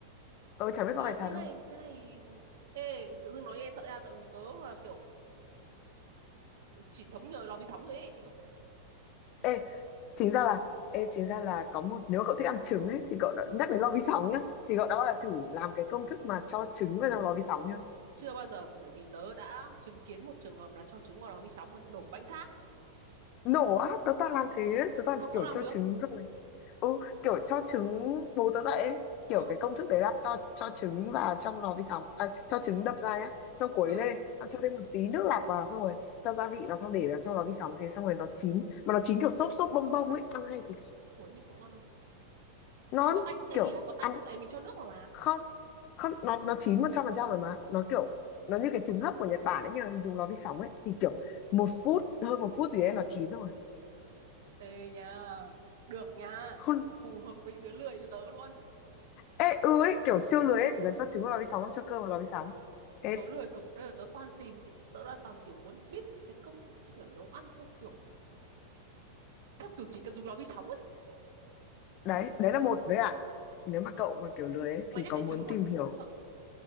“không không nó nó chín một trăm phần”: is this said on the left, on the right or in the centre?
Left